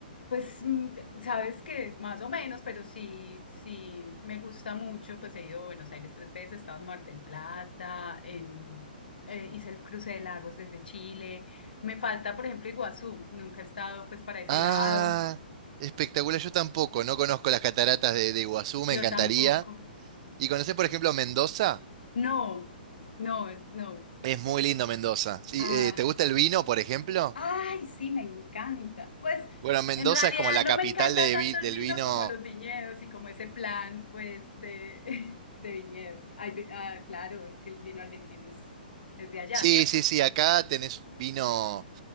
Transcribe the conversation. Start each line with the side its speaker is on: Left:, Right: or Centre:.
Left: pues mm, sabes que más o menos, pero sí, sí me gusta mucho. Pues he ido a Buenos Aires tres veces, he estado en Mar del Plata, en, eh, hice el cruce de lagos desde Chile. Me falta, por ejemplo, Iguazú. Nunca he estado pues para ese
Right: Ah,
Left: lado.
Right: espectacular. Yo tampoco, no conozco las cataratas de, de Iguazú, me
Left: Yo
Right: encantaría.
Left: tampoco.
Right: ¿Y conocés, por ejemplo, Mendoza?
Left: No, no, no.
Right: Es muy
Left: Te-
Right: lindo Mendoza. Sí,
Left: Ah,
Right: eh, ¿te gusta el vino, por ejemplo?
Left: Ay, sí, me encanta. Pues
Right: Bueno, Mendoza
Left: en realidad
Right: es como la
Left: no
Right: capital
Left: me encanta
Right: de
Left: tanto
Right: vi- del
Left: el vino
Right: vino.
Left: como los viñedos y como ese plan, pues, de, <laughs> de viñedo. Ay, vi- ah, claro, es que el vino argentino es, es de allá,
Right: Sí,
Left: ¿cierto?
Right: sí, sí, acá tenés vino